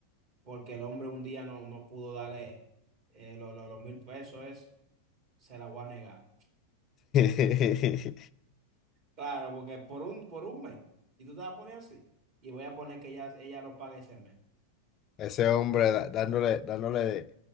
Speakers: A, on the right; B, on the left.
A: porque el hombre un día no, no pudo darle eh, lo- lo- los mil pesos, es, se la voy a negar.
B: <laughs>
A: Claro, porque por un, por un mes, y tú te vas a poner así, y voy a poner que ella, ella lo pague ese mes.
B: Ese hombre da- dándole, dándole de,